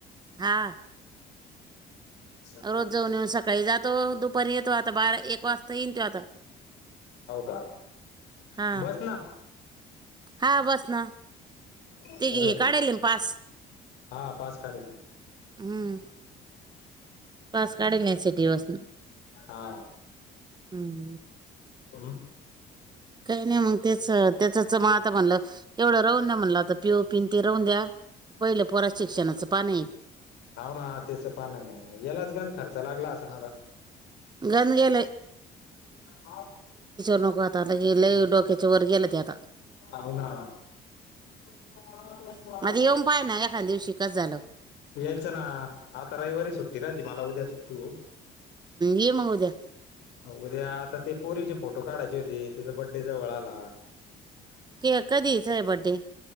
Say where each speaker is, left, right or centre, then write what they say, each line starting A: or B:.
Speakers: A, on the right; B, on the left.
A: हा
B: सग
A: रोज जाऊन येऊन सकाळी जातो दुपारी येतो आता बारा एक वाजता येईन तो आता
B: का
A: हा
B: बस ना
A: हा बस ना
B: बरं
A: ते
B: आहे मग
A: काढल म पास
B: हा पास काढला
A: हम्म पास काढेल सिट बसून
B: हा
A: हम् हम
B: कोण
A: काही नाही मग त्याच त्याचच मग आता म्हणलं एवढं राहून द्या म्हणलं आता पिओ पिन ते राहून द्या पहिले पररत शिक्णाचं पाणीही
B: होव ना तेिस पा नाही येलाच गण खर्च लागला असा ना
A: गध गेला
B: ह
A: नको आता लगे लय डोक्याच्या वर गेलं ते आता
B: हो ना प्रश्न
A: आता येऊन पाय ना एखाद्या दिवशी कसं झालं
B: यायचं ना आता रविवारी सुट्टी राह त मला उद्या सुट्टी हो
A: ये मगव द्या
B: उद्या आता ते पोरीचे फोटो काढायचे होती तिचा बड्डे जवळ आला
A: केक कधी बर््डे